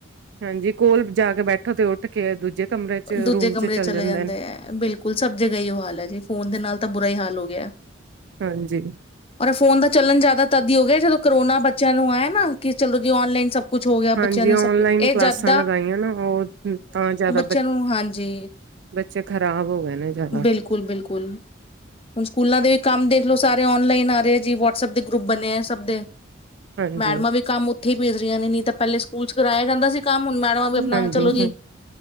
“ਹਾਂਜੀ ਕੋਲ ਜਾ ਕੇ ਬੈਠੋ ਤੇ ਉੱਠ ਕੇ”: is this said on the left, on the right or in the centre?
Right